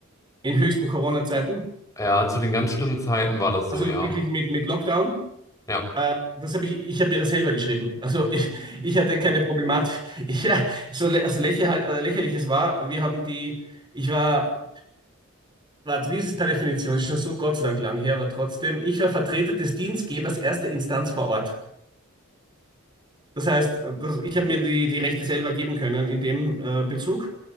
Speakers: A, on the right; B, on the left.
A: in höchsten Corona-Zeiten.
B: Ja, zu den ganz schlimmen Zeiten war das so,
A: Also
B: ja.
A: wirklich mit, mit Lockdown.
B: Ja.
A: Äh, das habe ich, ich habe mir das selber geschrieben. Also ich, ich hatte keine Problematik. <laughs> Ich, ja, so lä- also lächer, halt- äh, lächerlich es war, wir haben die, ich war, warte, wie ist es per Definition? Ist schon so Gott sei Dank lang her, aber trotzdem, ich war Vertreter des Dienstgebers erster Instanz vor Ort. Das heißt, äh, das, ich habe mir die, die Rechte selber geben können in dem äh, Bezug.